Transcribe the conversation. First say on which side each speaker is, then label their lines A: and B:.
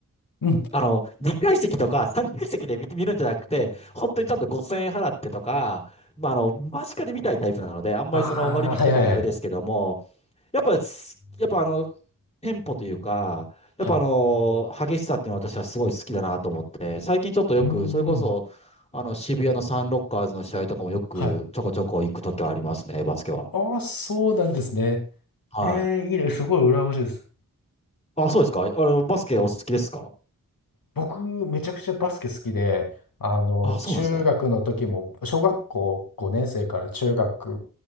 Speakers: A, on the left; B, on the left.
A: うん。
B: あの、2階席とか3階席で見て、見るんじゃなくて、本当にちゃんと5000円払ってとか、まあ、あの、間近で見たいタイプなので、あんまりその割引とかはあれですけども、
A: ああ、はいはいはい。
B: やっぱ、やっぱあの、テンポというか、やっぱあの、
A: はい。
B: 激しさっていうのは私はすごい好きだなと思って、最近ちょっとよく、
A: うーん。
B: それこそ、あの、渋谷のサンロッカーズの試合とかもよくちょこちょこ行くときはありますね、
A: はい。
B: バスケは。
A: ああ、そうなんですね。
B: はい。
A: ええ、いいね。すごい羨ましいです。
B: あ、そうですかあれ、バスケお好きですか
A: 僕、めちゃくちゃバスケ好きで、あの、
B: あ、
A: 中学の時も、
B: そうなんですね。
A: 小学校5年生から中学